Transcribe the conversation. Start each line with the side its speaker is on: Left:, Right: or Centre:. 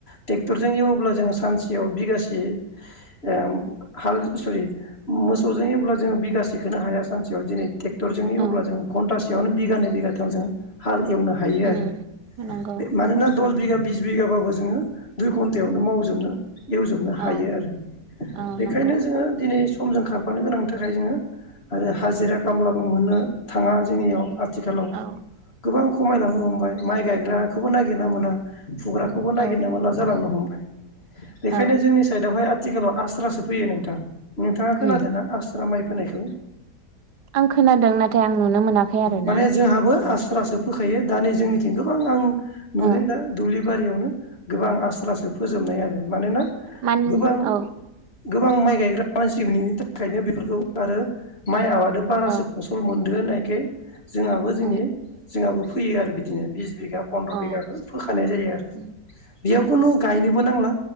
Left: ट्रेक्टरजों एवोबब्ला जोङो सानसेयाव बिगासे अ हाल सरि मोसौजों अब्ला जोङो बिगासेखौनो हाया। सानसेयाव दिनै ट्रेक्टरजोंनि अब्ला
Right: औ
Left: जोङो घन्टासेयावनो बिगानै बिगाथाम जोङो हा एवनो हायो आरो
Right: उम नंगौ
Left: बे मानोना दस बिगा बिस बिगाबाबो जोङो दुइ घन्टायावनो मावजोबनो एवजोबनो हायो
Right: औ
Left: आरो
Right: औ
Left: बेखायनो
Right: नंगौ
Left: जोङो दिनै समजों खारफानो गोनांनि थाखाय जोङो आरो हाजिरा खामलाबो मोननो थाङा जोंनियाव आथिखालाव
Right: औ
Left: गोबां खमायलांनो हमबाय माइ गायग्राखौबो नागिरना मोना। फुग्राखौबो नागिरनो
Right: औ
Left: मोनला जालांनो हमबाय बेखायनो
Right: औ
Left: जोंनि साइदआवहाय आथिखालाव आस्रासो फैयो नोंथां नोंथाङा खोनादों
Right: उम
Left: ना आस्रा माइ फोनायखौ औ
Right: आं खोनादों नाथाय आं नुनो मोनाखै आरोना
Left: माने जोंहाबो
Right: औ
Left: आसुरासो फोखायो दा नै जोंनिथिं गोबां आं नुदों
Right: औ
Left: दा दुब्लि बारियावनो गोबां आस्रासो फोजोबनाय आरो मानोना
Right: मान
Left: गोबां
Right: औ
Left: गोबां माइ गायग्रा मानसिनि थाखायनो बेफोरखौ आरो माइ आबादा बारासो
Right: औ
Left: फसल मोन - दो होननायखाय जोंहाबो जोंनि
Right: उम
Left: फोयो आरै बिदिनो बिज बिघा पन्द्र'
Right: अ
Left: बिघाखौ फोखानाय जायो आरो
Right: उम
Left: बेयाव
Right: उम
Left: खुनु गायनोबो नांला